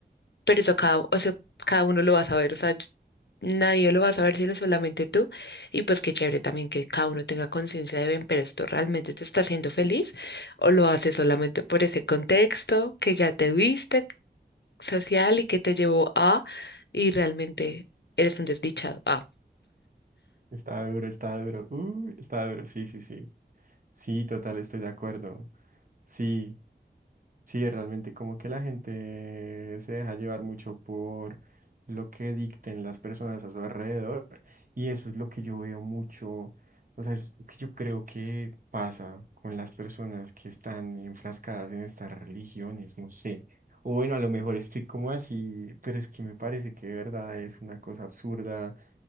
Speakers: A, on the left (about 85°); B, on the right (about 55°).
A: pero eso cada, o sea, cada uno lo va a saber, o sea, yo- nadie lo va a saber sino solamente tú. Y pues qué chévere también que cada uno tenga conciencia de, ven, pero esto realmente te está haciendo feliz o lo haces solamente por ese contexto que ya te viste social y que te llevó a y realmente eres un desdichado. Ah,
B: Está duro, está duro. Uy, está duro. Sí, sí, sí. Sí, total, estoy de acuerdo. Sí, sí, realmente como que la gente se deja llevar mucho por lo que dicten las personas a su alrededor y eso es lo que yo veo mucho, o sea, es lo que yo creo que pasa con las personas que están enfrascadas en estas religiones, no sé. O bueno, a lo mejor estoy como así, pero es que me parece que de verdad es una cosa absurda